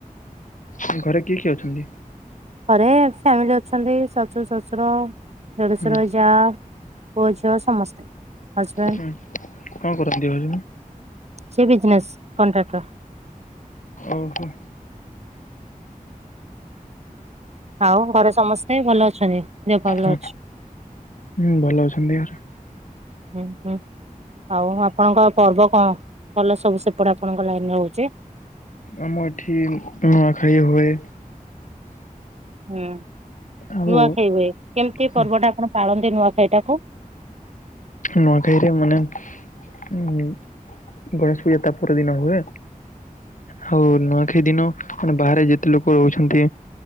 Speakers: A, on the left (about 60°); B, on the right (about 50°).
A: ହୁଁ ଘରେ କିଏ କିଏ ଅଛନ୍ତି?
B: ଘରେ ଫ୍ୟାମିଲି ଅଛନ୍ତି, ଶାଶୁ ଶ୍ୱଶୁର। ଦେଡୁଶୁର,
A: ହୁଁ
B: ଯା, ପୁଅ, ଝିଅ ସମସ୍ତେ ହଜ୍ ବେଣ୍ଡ
A: ହୁଁ କଣ କରନ୍ତି ହଜବେନ୍?
B: ସେ ବିଜନେସ୍ କଣ୍ଟ୍ରାକ୍ଟର।
A: ଓହୋ।
B: ଆଉ, ଘରେ ସମସ୍ତେ ଭଲ ଅଛନ୍ତି? ଦେହ ପା ଭଲ
A: ହଁ,
B: ଅଛି।
A: ହୁଁ ଭଲ ଅଛନ୍ତି।
B: ହୁଁ, ହୁଁ। ଆଉ ଆପଣଙ୍କ ପର୍ବ କଣ, ଭଲ ସବୁ ସେପଟେ ଆପଣଙ୍କ ଲାଇନରେ ରହୁଚି?
A: ଆମ ଏଠି ନୂଆଖାଇ ହୁଏ।
B: ହୁଁ,
A: ଆଉ
B: ନୂଆଖାଇ ହୁଏ। କେମିତି
A: ହଁ
B: ପର୍ବ ଟା ଆପଣ ପାଳନ୍ତି ନୂଆଖାଇଟାକୁ?
A: ନୂଆଖାଇରେ ମାନେ ଉଁ ଗଣେଶ ପୂଜା ତା ପରଦିନ ହୁଏ। ହଉ ନୂଆଖାଇ ଦିନ ମାନେ, ବାହାରେ ଯେତେ ଲୁକ ରହୁଛନ୍ତି